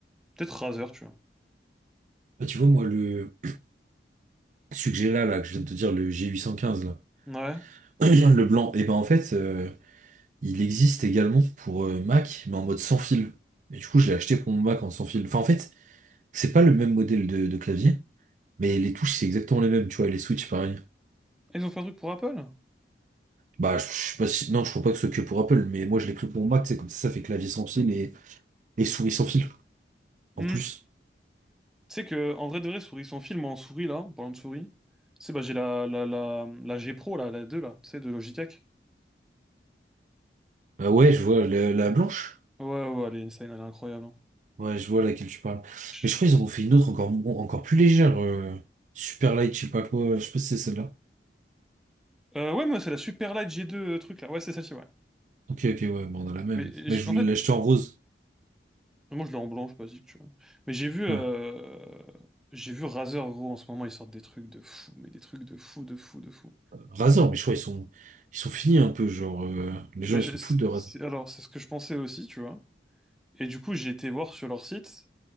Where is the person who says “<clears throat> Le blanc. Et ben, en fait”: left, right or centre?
Right